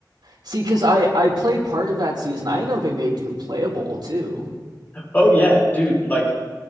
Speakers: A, on the right (about 70°); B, on the left (about 25°).
A: See, because I I played part of that season. I know they made Doom playable too.
B: Oh yeah, dude, like